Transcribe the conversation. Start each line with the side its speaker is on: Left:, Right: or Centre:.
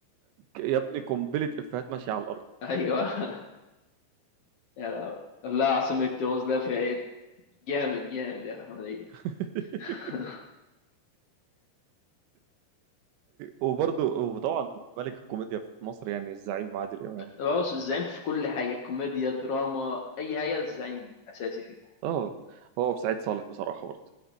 Right: يا ابني قنبلة إفيهات ماشية على الأرض
Left: ايوه <laughs> يا لا لا عاصمة تونس لا فيها ايه جامد جامد يا أخي احمد عيد
Right: <laughs>
Left: <laughs>
Right: وبرضه وطبعا ملك الكوميديا في مصر يعني الزعيم عادل إمام
Left: بص الزعيم في كل حاجة كوميديا دراما اي حاجة الزعيم اساسي فيها
Right: اه هو وسعيد صالح بصراحة برضه